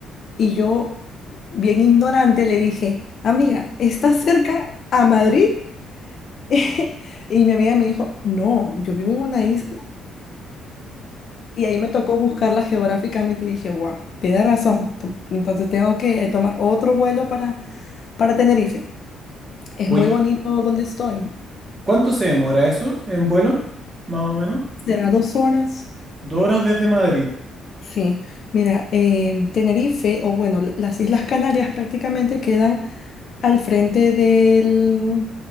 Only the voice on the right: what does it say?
Oye,
¿Cuánto se demora eso en vuelo? Más o menos.
Dos horas desde Madrid,